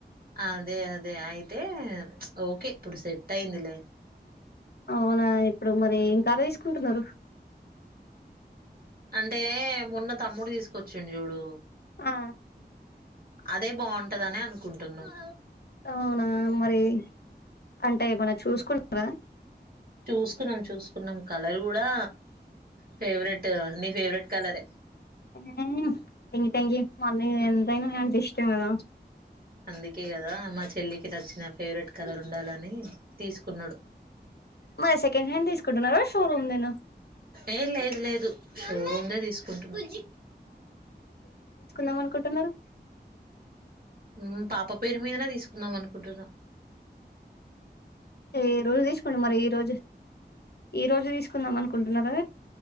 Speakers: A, on the right (about 60°); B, on the left (about 65°).
A: అదే అదే అయితే ఓకే ఇప్పుడు సెట్ అయిందిలే
B: అవునా ఇప్పుడు మరి ఇంకా ఏం కారు తీసుకుంటునరు
A: అంటే మొన్న తమ్ముడు తీసుకొచ్చిండు చూడు
B: ఆ
A: అదే బావుంటదనినే అనుకుంటున్నమ్
B: అవునా మరి అంటే ఏమన్నా చూసుకున్నారా
A: చూసుకున్నాం చూసుకున్నాం కలర్ కూడా ఫేవరెట్ నీ ఫేవరెట్ కలరే
B: హు థ్యాంక్ థ్యాంక్ మా అన్న ఎంతైన ఇష్టం గధ
A: అందుకే కదా మా చెల్లికి నచ్చిన ఫేవరెట్ కలర్ ఉండాలని తీసుకున్నాడు
B: మరి సెకండ్ హ్యాండ్ తీసుకుంటన్నావ షోరూమ్ దెనా
A: ఏ లేదు లేదు షోరూమ్ందే తీసుకుంటున్నా
B: ఏం అనుకుంటున్నారు
A: మ్ పాప పేరు మీదనే తీసుకున్నాం మనుకుంటున్నాం
B: ఈ రోజు తీసుకోండి మరి ఈ రోజు ఈ రోజు తీసుకుందాం అనుకుంటున్నారా